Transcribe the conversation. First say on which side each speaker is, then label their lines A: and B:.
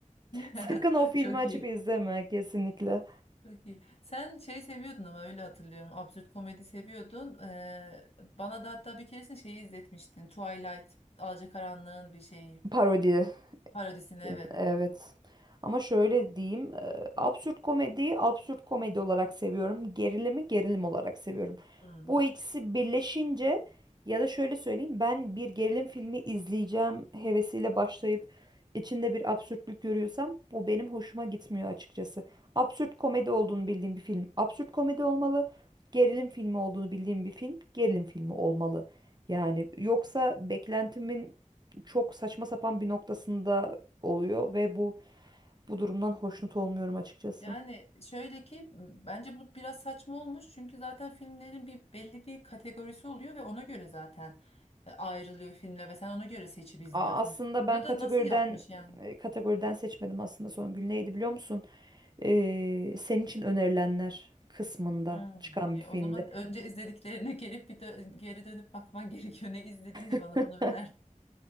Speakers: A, on the left; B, on the right.
A: <laughs>
B: Sakın o filmi
A: Çok
B: açıp
A: iyi.
B: izleme kesinlikle.
A: Çok iyi. Sen şey seviyordun ama öyle hatırlıyorum. Absürt komedi seviyordun. Ee, bana da hatta bir keresinde şeyi izletmiştin. Twilight, Alacakaranlığın bir şeyi.
B: Parodi.
A: Parodisini
B: Film,
A: evet.
B: evet. Ama şöyle diyeyim, e, absürt komediyi absürt komedi olarak seviyorum. Gerilimi gerilim olarak seviyorum.
A: Hmm.
B: Bu ikisi birleşince ya da şöyle söyleyeyim, ben bir gerilim filmi izleyeceğim hevesiyle başlayıp içinde bir absürtlük görüyorsam bu benim hoşuma gitmiyor açıkçası. Absürt komedi olduğunu bildiğim bir film absürt komedi olmalı. Gerilim filmi olduğunu bildiğim bir film gerilim filmi olmalı. Yani yoksa beklentimin çok saçma sapan bir noktasında oluyor ve bu bu durumdan hoşnut olmuyorum açıkçası.
A: Yani şöyle ki bence bu biraz saçma olmuş çünkü zaten filmlerin bir belli bir kategorisi oluyor ve ona göre zaten e, ayrılıyor filmler ve sen ona göre seçip izliyorsun.
B: A- aslında
A: Burada
B: ben kategoriden
A: da nasıl yapmış yani?
B: e, kategoriden seçmedim aslında son gün neydi biliyor musun? Ee, senin için önerilenler kısmında
A: Hmm.
B: çıkan
A: Ya
B: bir filmdi.
A: o zaman önce izlediklerine gelip bir dö- geri dönüp bakman <laughs> gerekiyor. Ne izledim de
B: <laughs>
A: bana bunu öner.